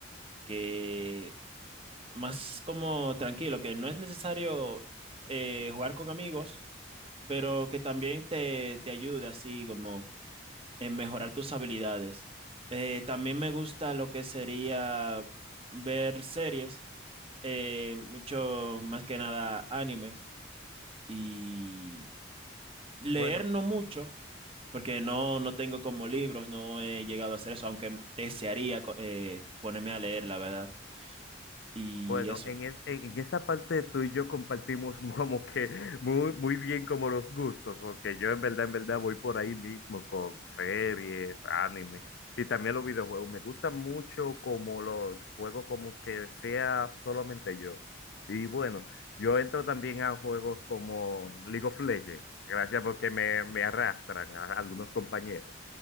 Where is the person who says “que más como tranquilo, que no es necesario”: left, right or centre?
Right